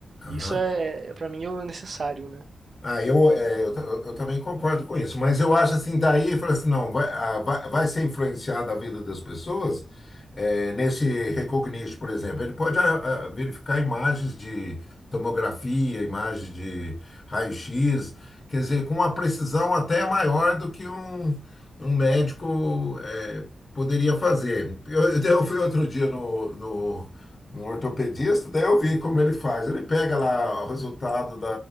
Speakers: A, on the left; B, on the right.
A: Aham.
B: Isso é, para mim, é o necessário, né?
A: Ah, eu, é, eu, ta- eu- eu também concordo com isso, mas eu acho assim, daí fala assim, não, vai, ah, vai, vai ser influenciada a vida das pessoas é, nesse Recognition, por exemplo. Ele pode ah, ah, verificar imagens de tomografia, imagens de raio-x, quer dizer, com uma precisão até maior do que um, um médico é, poderia fazer. Eu, eu fui outro dia no, no, no ortopedista, daí eu vi como ele faz. Ele pega lá o resultado